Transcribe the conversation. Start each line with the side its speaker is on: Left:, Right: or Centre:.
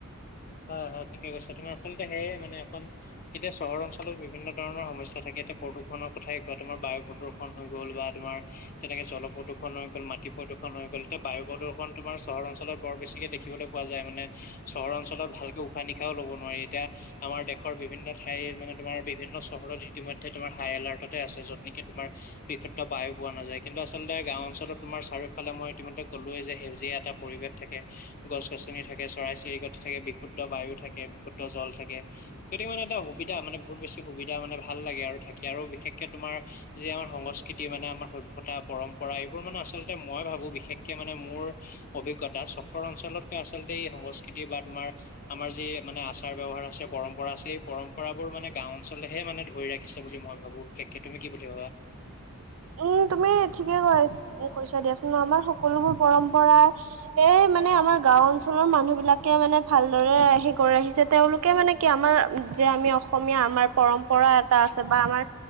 Left: হয় হয় ঠিকে কৈছে তুমাৰ আচলতে সেয়ে মানে অকন এতিয়া চহৰ অঞ্চলত বিভিন্ন ধৰণৰ সমস্যা থাকে এতিয়া প্ৰদূষণৰ কথাই কোৱা তোমাৰ বায়ু প্ৰদূষণ। হৈ গ'ল বা তোমাৰ। তেনেকে জল প্ৰদূষণ হৈ গ'ল মাটি প্ৰদূষণ হৈ গ'ল এতিয়া বায়ু প্ৰদূষণ তোমাৰ চহৰঞ্চলত বৰ বেছিকে দেখিবলৈ পোৱা যায় মানে চহৰ অঞ্চলত ভালকে উশাহ নিশাহও ল'ব নোৱাৰি এতিয়া আমাৰ দেশৰ বিভিন্ন ঠাই মানে তোমাৰ বিভিন্ন চহৰত ইতিমধ্যে তোমাৰ হাই এলাৰ্টতে আছে যত নেকি তোমাৰ বিশুদ্ধ বায়ু পোৱা নাযায় কিন্তু আচলতে গাঁও অঞ্চলত চাৰিওফালে মই ইতিমধ্যে কলোৱে যে সেউজীয়া এটা পৰিৱেশ থাকে গছ গছনি থাকে চৰাই চিৰিকটি থাকে বিশুদ্ধ বায়ু থাকে বিশুদ্ধ জল থাকে। সেইটোৱে মানে এটা সুবিধা মানে বহুত বেছি সুবিধা মানে ভাল লাগে আৰু থাকি আৰু বিশেষকে তোমাৰ যি আমাৰ সংস্কৃতি মানে আমাৰ সভ্যতা পৰম্পৰা এইবোৰ মানে আচলতে মই ভাবো বিশেষকে মানে মোৰ অভিজ্ঞতা চহৰ অঞ্চলতো আচলতে এই সংস্কৃতি বা তোমাৰ আমাৰ যি মানে আচাৰ ব্যৱহাৰ আছে পৰম্পৰা আছে এই পৰম্পৰাবোৰ মানে গাও অঞ্চলেহে মানে ধৰি ৰাখিছে বুলি মই ভাবোঁ। ভাবু একে তুমি কি বুলি ভাবা?
Right: উম তুমি ঠিকে কৈ কৈছা দিয়াচোন আমাৰ সকলোবোৰ পৰম্পৰা এ মানে আমাৰ গাও অঞ্চলৰ মানুহ বিলাকে মানে ভালদৰে হেৰি কৰি আহিছে তেওঁলোকে মানে কি আমাৰ যে আমি অসমীয়া আমাৰ পৰম্পৰা এটা আছে বা আমাৰ